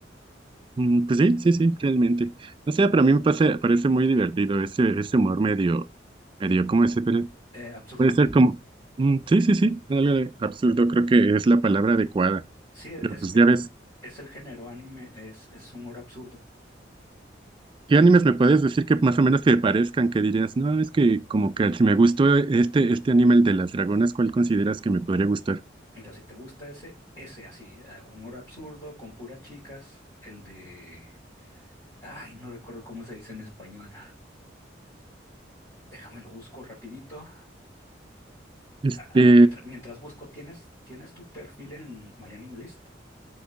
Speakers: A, on the right (about 25°); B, on the left (about 20°).
A: Mm, Pues sí, sí, sí, realmente. O sea, para mí me pasa- parece muy divertido ese, ese humor medio, medio, ¿cómo es?
B: Eh, ¿absurdo?
A: Puede ser como, mm, sí, sí, sí, algo de absurdo creo que es la palabra adecuada.
B: Sí, e,
A: Pero
B: es,
A: pues
B: e,
A: ya ves,
B: es el género anime, es, es humor absurdo.
A: ¿qué animes me puedes decir que más o menos te parezcan? Que dirías, no, es que como que si me gustó este, este anime, el de las dragonas, ¿cuál consideras que me podría gustar?
B: Mira, si te gusta ese, ese así, eh, humor absurdo con puras chicas, el de... Ay, no recuerdo cómo se dice en español. Déjame lo busco rapidito.
A: Este,
B: Ah, mientras, mientras busco, ¿tienes, tienes tu perfil en MyAnimeList?